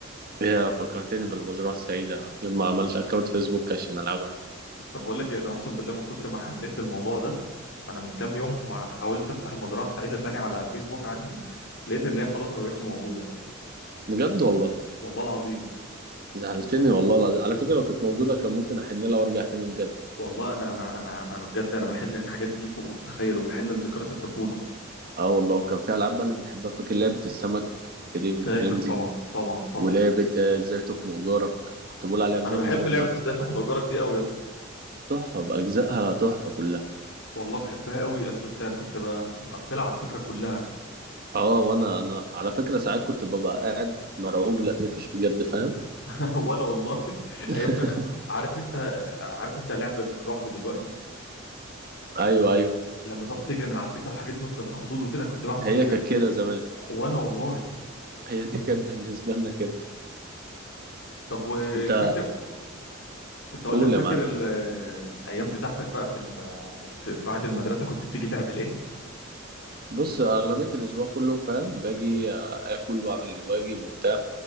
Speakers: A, on the right; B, on the left.
A: يا فكرتني بالمزرعه السعيده يوم ما عملت اكونت فيسبوك عشان العبها
B: طب بقول لك ايه انا اقسم بالله من كتر ما حنيت للموضوع ده انا من كام يوم ما حاولت افتح المزرعه السعيده تاني على فيسبوك عندي لقيت ان هي خلاص ما بقتش موجوده
A: بجد والله
B: والله العظيم
A: زعلتني والله العظيم على فكره لو كانت موجوده كان ممكن احن لها وارجع تاني بجد
B: والله انا انا انا انا بجد انا بحن للحاجات دي فوق ما تتخيل وبحن لذكريات الطفوله
A: اه والله وكان في العاب بقى اللي بنحبها فاكر لعبه السمك في دينج
B: فاكر
A: فرينزي
B: طبعا طبعا طبعا
A: ولعبة آه، ازاي تخنق جارك كنت بقول عليها الجار
B: انا بحب
A: المؤذي
B: لعبه ازاي تخنق جارك دي قوي يا اسطى
A: تحفة بأجزائها تحفة كلها
B: والله بحبها قوي انا كنت انا كنت ب... انا كنت مقفلها على فكره كلها
A: اه وانا انا على فكرة ساعات كنت ببقى قاعد مرعوب لا تقفش بجد فاهم
B: <laughs> وانا والله <laughs>
A: <laughs>
B: يا ابني انا عارف انت عارف انت لعب الرعب دلوقتي
A: ايوه ايوه
B: لما تقعد تجري من العفريت والحاجات دي وانت بتخضوض وكده أنا كنت بعمل
A: هي
B: كده
A: كانت كده زمان
B: وانا والله
A: هي دي كانت بالنسبة لنا كده
B: طب وفاكر
A: انت
B: كنت اقول
A: قول
B: لك فاكر
A: يا معلم
B: ال... الايام بتاعتك بقى في, ال... في بعد المدرسه كنت بتيجي تعمل ايه
A: بص اغلبية الاسبوع كله فاهم باجي آه، اكل واعمل الواجب وبتاع